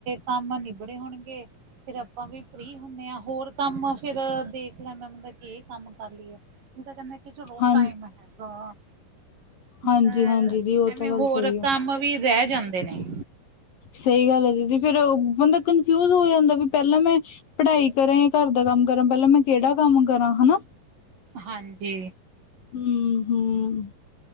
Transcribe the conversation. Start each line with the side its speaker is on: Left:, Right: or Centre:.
Right: ਕੰਮ ਨਿਬੜੇ ਹੋਣਗੇ ਫਿਰ ਆਪਾਂ ਵੀ ਫਰੀ ਹੁੰਨੇ ਆਂ, ਹੋਰ ਕੰਮ ਫਿਰ ਦੇਖ ਲੈਂਦਾ ਬੰਦਾ ਕਿ ਏ ਕੰਮ ਕਰ ਲਈਏ। ਨਹੀਂ ਤਾਂ ਕਹਿੰਦੇ ਕਿ ਚਲੋ
Left: ਹਾਂ
Right: ਟਾਈਮ ਹੈਗਾ।
Left: ਹਾਂਜੀ
Right: ਤਾਂ
Left: ਹਾਂਜੀ ਦੀ ਉਹ ਤਾਂ
Right: ਐਵੇਂ
Left: ਗੱਲ
Right: ਹੋਰ
Left: ਸਹੀ ਆ
Right: ਕੰਮ ਵੀ ਰਹਿ ਜਾਂਦੇ ਨੇ।
Left: ਸਹੀ ਗੱਲ ਹੈ ਦੀਦੀ, ਫੇਰ ਬੰਦਾ ਕਨਫਿਊਜ ਹੋ ਜਾਂਦਾ ਵੀ ਪਹਿਲਾਂ ਮੈਂ ਪੜ੍ਹਾਈ ਕਰਾਂ ਘਰ ਦਾ ਕੰਮ ਕਰਾਂ ਪਹਿਲਾਂ ਮੈਂ ਕਿਹੜਾ ਕੰਮ ਕਰਾਂ ਹਨਾ।
Right: ਹਾਂਜੀ।
Left: ਹੂੰ- ਹੂੰ,